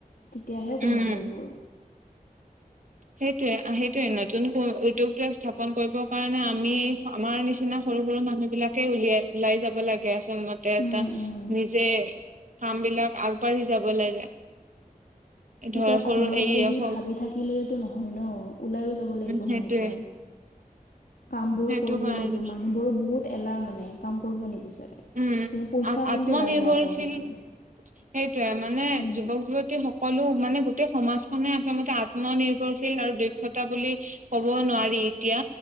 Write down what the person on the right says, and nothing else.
উম
সেইটোয়ে সেইটোয়ে নতুন উদ্যোগ বিলাক স্থাপন কৰিব কাৰণে আমি আমাৰ নিচিনা সৰু সৰু মানুহ বিলাকে উলিয়াই ওলাই যাব লাগে আচল মতে এটা
নিজে কাম বিলাক আগবাঢ়ি যাব লাগে ধৰ
সৰু
এই
হওক
উম সেইটোয়ে
সেইটো
কাৰণে
উম
আত্মনিৰ্ভৰশীল
সেইটোয়ে মানে
যুৱক যুৱতী ক'লো মানে গোটেই সমাজখনে আচলতে আত্মনিৰ্ভৰশীল আৰু দক্ষতা বুলি ক'ব নোৱাৰি এতিয়া